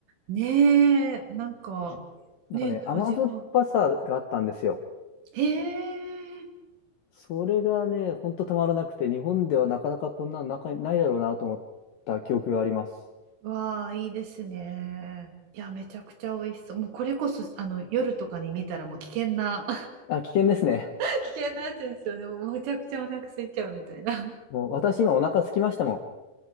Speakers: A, on the right (about 80°); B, on the left (about 70°).
A: ねえ、なんか、
B: あ、なんかね、
A: ね、
B: 甘酸っぱさがあったんですよ。
A: 味が。へえ、
B: それがね、ほんとたまらなくて、日本ではなかなかこんなのなかないだろうなと思った記憶があります。
A: わあ、いいですね。いや、めちゃくちゃ美味しそう。もうこれこそ、あの、夜とかに見たらもう危険な、
B: あ、危険ですね。
A: <laughs> 危険なやつですよね。もうむちゃくちゃお腹空いちゃうみたいな。
B: もう私今お腹空きましたもん。